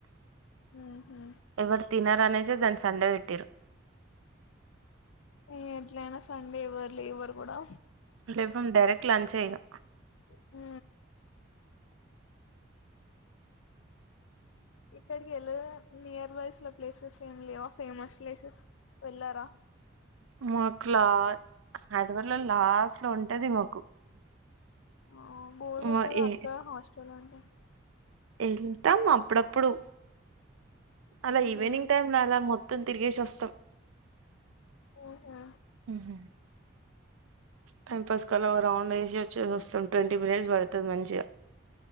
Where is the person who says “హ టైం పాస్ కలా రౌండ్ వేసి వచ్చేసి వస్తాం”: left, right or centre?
Right